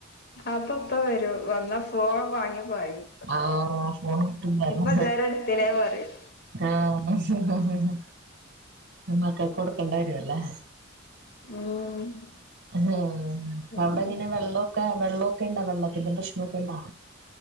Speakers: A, on the left; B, on the right.
A: അപ്പൊപ്പ വരും വന്നാ ഫോൺ വാങ്ങി പായും
B: ആഹ് ഫോൺ കിട്ടുന്നല്ലോ
A: ഇമ്മ ഇതെരെ എടുത്തിലെ പറിം
B: ആഹ് മക്കക്ക്ക്കൊടുക്കെണ്ടി വരുല്ലേ
A: ഉം
B: ഉം.
A: പിന്നെ
B: അവ്ടെങ്ങനെ വെള്ളൊക്കെ വെള്ളൊക്കെണ്ടാ വെള്ളത്തിന്റെ പ്രശ്നൊക്കെണ്ടോ